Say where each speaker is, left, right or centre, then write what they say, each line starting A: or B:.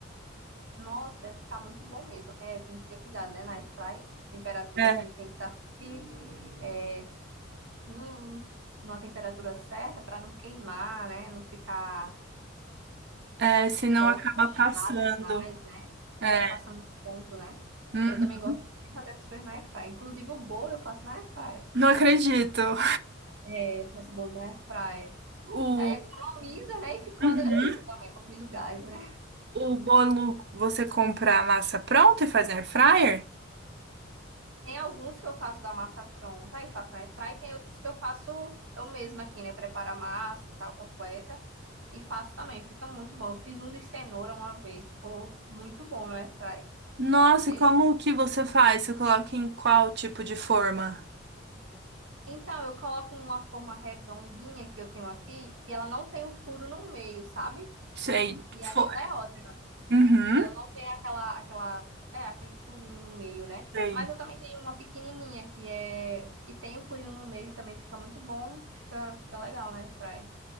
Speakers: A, on the right; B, on the right.
A: Nossa, deve ficar muito bom mesmo. É, tem que ter cuidado, né? Na airfry, temperatura
B: É,
A: assim tem que estar sempre, é, num- numa temperatura certa para não queimar, né? Não ficar
B: é, senão
A: to-
B: acaba
A: tostado
B: passando.
A: demais, né?
B: É.
A: É, passando do ponto, né?
B: Uhum.
A: Eu também gosto muito de fazer as coisas na airfry. Inclusive o bolo eu faço na airfry.
B: Não acredito.
A: Eu faço bolo na airfry.
B: O,
A: Aí economiza, né? E fica
B: Uhum.
A: uma delícia também, economiza o gás, né?
B: O bolo você compra a massa pronta e faz na air fryer?
A: Tem alguns que eu faço da massa pronta e faço na airfry, e tem outros que eu faço eu mesma aqui, né? Preparo a massa e tal, completa. E faço também, fica muito bom. Eu fiz um de cenoura uma vez, ficou muito bom no airfry.
B: Nossa,
A: Uma delícia.
B: e como que você faz? Você coloca em qual tipo de forma?
A: Então, eu coloco uma forma redondinha que eu tenho aqui, que ela não tem o furo no meio, sabe?
B: Sei.
A: E
B: fo-
A: aí ela é ótima.
B: Uhum.
A: Ela não tem aquela, aquela, é, aquele furinho no meio, né?
B: Sei.
A: Mas eu também tenho uma pequenininha que é, que tem o furinho no meio e também fica muito bom, fica, fica legal, né, Fry?